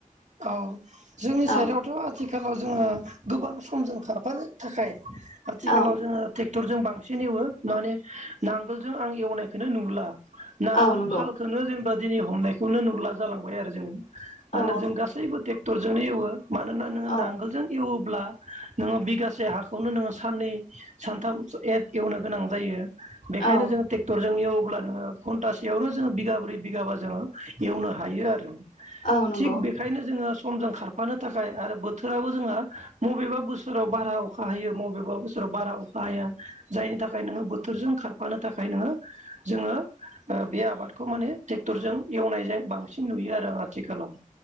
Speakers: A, on the right; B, on the left.
A: औ जोंनि
B: औ
A: साइडआवथ' आथिखालाव जोङो गोबां समजों खारफानो थाखाय आथिखालाव
B: औ
A: जोङो ट्रेक्टरजों बांसिन। एवो माने नांगोलजों आं एवनायखौनो नुला नांगोल
B: औ नंगौ
A: फालखौ जेने बेबादिनि हमनायखौनो नुला जालांबाय आरो जोङो
B: औ
A: मा होन जों गा ट्रेक्टरजोंनो एवो मानोना नोङो
B: औ
A: नांगोलजों एवो ब्ला नोङो बिगासे हाखौनो नोङो साननै सानथाम ए वनो गोनां जायो बेखायनो
B: औ
A: जों ट्रेक्टर जों एवोब्ला नोङो घन्टासेयावनो जोङो बिगाब्रै बिगाबा जोङो एवनो हायो आरो
B: औ नंगौ
A: थिग
B: ।
A: बेखायनो जोङो समजों खारफानो थाखाय आरो बोथोराबो जोङो मबेबा बोसो राव बारा अखा हायो मबेबा बोसोराव बारा अखा हाया जायनि थाखाय नोङो बोथोरजों खार फानो थाखाय नोङो जोङो ओ बे आबादखौ माने ट्रेक्टरजों एवनायजाय बांसिन नुयो आरो आथिखालाव ।